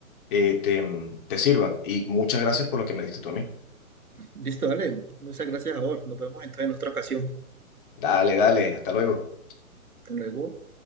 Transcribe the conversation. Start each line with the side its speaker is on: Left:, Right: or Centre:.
Left: eh, te, te sirvan y muchas gracias por lo que me diste tú a mí.
Right: Listo, dale. Muchas gracias a vos. Nos vemos entonces en otra ocasión.
Left: Dale, dale, hasta luego.
Right: Hasta luego.